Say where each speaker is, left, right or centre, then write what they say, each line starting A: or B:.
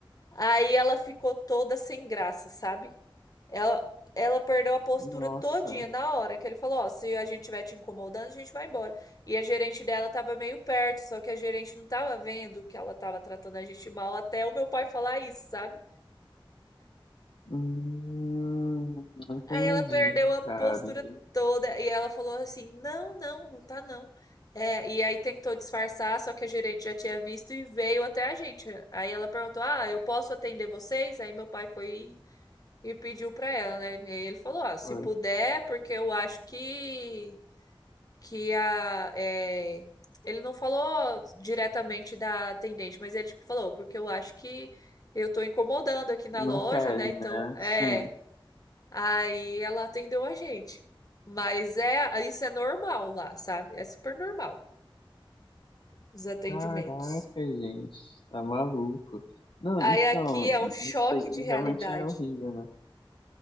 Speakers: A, on the left (about 40°); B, on the left (about 70°).
A: Aí ela ficou toda sem graça, sabe? Ela, ela perdeu a postura
B: Nossa.
A: todinha na hora que ele falou, ó, se a gente estiver te incomodando, a gente vai embora. E a gerente dela tava meio perto, só que a gerente não tava vendo que ela tava tratando a gente mal até o meu pai falar isso, sabe?
B: Hum, entendi,
A: Aí ela perdeu a
B: cara.
A: postura
B: Entendi.
A: toda e ela falou assim: "Não, não, não tá não". É, e aí tentou disfarçar, só que a gerente já tinha visto e veio até a gente. Aí ela perguntou: "Ah, eu posso atender vocês?" Aí meu pai foi e pediu pra ela, né? E ele falou, ó, se
B: Ué,
A: puder, porque eu acho que que a é, ele não falou diretamente da atendente, mas ele tipo, falou, porque eu acho que eu tô incomodando aqui na
B: Não
A: loja,
B: querem,
A: né? Então,
B: né?
A: é,
B: Sim.
A: aí ela atendeu a gente. Mas é, isso é normal lá, sabe? É super normal os atendimentos.
B: Caraca, gente, tá maluco. Não,
A: Aí
B: então,
A: aqui é
B: i-
A: um choque
B: isso aí
A: de realidade.
B: realmente é horrível, né?